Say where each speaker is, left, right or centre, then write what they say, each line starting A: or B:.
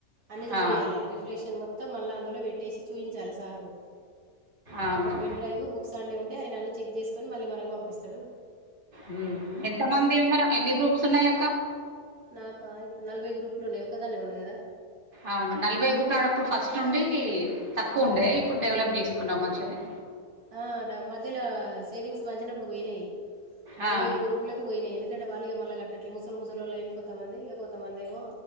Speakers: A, on the right; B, on the right.
A: అన్ని చూపియాలె
B: ఆ
A: రిఫ్రెషన్ మొత్తం మళ్ళ అందులో పెట్టేసి చూయించాలె సార్కు
B: అవును
A: ఒకటి పెన్ డ్రైవ్ బుక్స్ ఆడ్నే ఉంటే ఆయన అన్ని చెక్ చేస్కోని మళ్ళీ మనకు పంపిస్తడు.
B: మ్ ఎంత మంది ఉన్నర ఎన్ని గ్రూప్స్ ఉన్నయ్ అక్క
A: నాకా ఇప్పుడు నలభై గ్రూపులు ఉన్నయి ఒకదాన్నే ఉన్న గదా
B: అవును నలభై గ్రూపుల అన్నప్పుడు ఫస్ట్ నుండీ తక్కు ఉండే ఇప్పుడు డెవలప్ చేస్కున్నవ్ మంచిగనే
A: ఆ డ మధ్యలో సేవింగ్స్ మంచినప్పుడు పోయినయి అరవై
B: ఆ
A: ఏడు గ్రూపులకు పోయినయి ఎందుక టే వాళ్ళు ఇగ మళ్ళ గట్టట్లే ముసల్ ముసలోళ్ళు అయిన్లు కొంతమంది ఇగ కొంతమందేమో